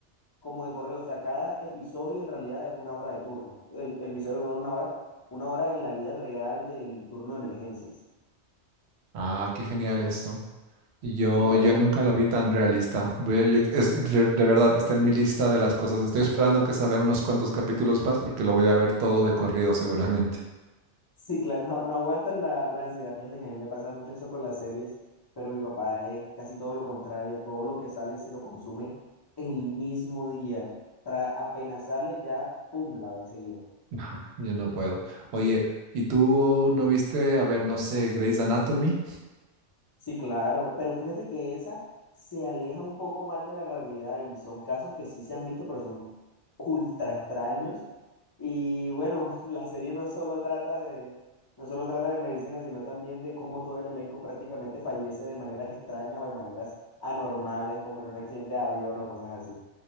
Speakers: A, on the left; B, on the right.
A: como de correo. O sea, cada episodio en realidad es una hora de turno. El, el episodio, bueno, una hora, una hora en la vida real del turno de emergencias.
B: Ah, qué genial esto. Y Yo,
A: Sí, claro,
B: yo
A: hijo.
B: nunca la vi tan realista. Voy a- yo- es, de, de verdad, está en mi lista de las cosas. Estoy esperando que salgan unos cuantos capítulos más porque lo voy a ver todo de corrido seguramente.
A: <laughs> sí, claro, no, no aguantan la, la ansiedad. Fíjate que a mí me pasa mucho eso con las series, pero mi papá es casi todo lo contrario. Todo lo que sale se lo consume el mismo día. Tra- apenas sale ya, pum, la ve enseguida.
B: Ajá, <laughs> Yo no puedo. Oye, ¿y tú no viste, a ver, no sé, Grey's Anatomy?
A: Sí, claro, pero fíjate que esa se aleja un poco más de la realidad y son casos que sí se han visto, pero son ultra extraños. Y bueno, <laughs> la serie no solo trata de, no solo trata de medicina, sino también de cómo todo el elenco prácticamente fallece de maneras extrañas o de maneras anormales, como en un accidente de avión o cosas así.